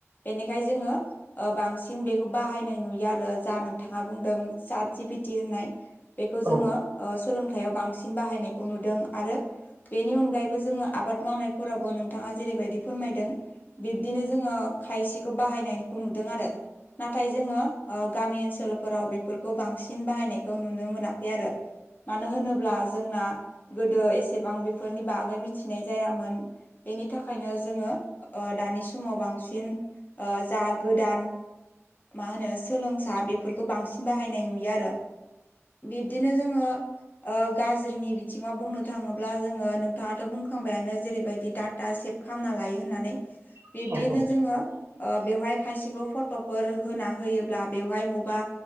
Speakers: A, on the left; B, on the right.
A: बेनिखायनो जोङो ओ बांसिन बेखौ बाहायनाय नुयो आरो जा नोंथाङा बुंदों सात जि पि टि होननाय बेखौ
B: औ
A: जोङो सोलोंथाइयाव बांसिन बाहायनायखौ नुदों आरो बेनि अनगायैबो जोङो आबाद मावनायफोरावबो नोंथाङा जेरैबायदि फोरमायदों बिब्दिनो जोङो खायसेखौ बाहायनायखौ नुदों आरो नाथाय जोङो ओ गामि ओनसोलफोराव बेफोरखौ बांसिन बाहायनायखौ नुनो मोनाखै आरो मानो होनोब्ला जोंना गोदो एसेबां बि फोरनि बागै मिथिनाय जायामोन बेनि थाखायनो जोङो ओ दानि समाव बांसिन ओ जा गोदान मा होनो सोलोंसा बेफोरखौ बांसिन बाहायनाय नुयो आरो बिब्दिनो जोङो गाज्रिनि बिथिङाव बुंनो थाङोब्ला जोङो नोंथाङाथ' बुंखांबायानो जेरैबायदि डाटा सेफ खालामना लायो होननानै
B: औ
A: बिब्दिनो
B: औ
A: जोङो बेवहाय खायसेखौ फट'फोर होना होयोब्ला बेवहाय मबा